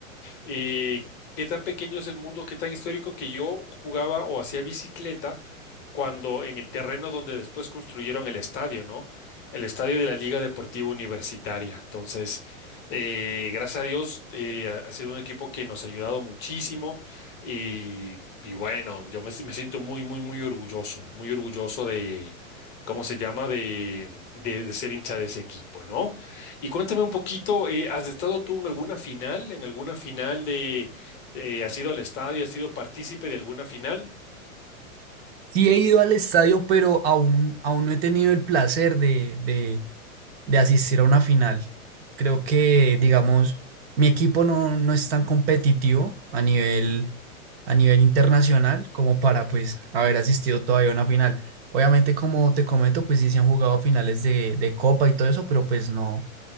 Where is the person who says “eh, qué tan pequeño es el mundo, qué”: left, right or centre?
Left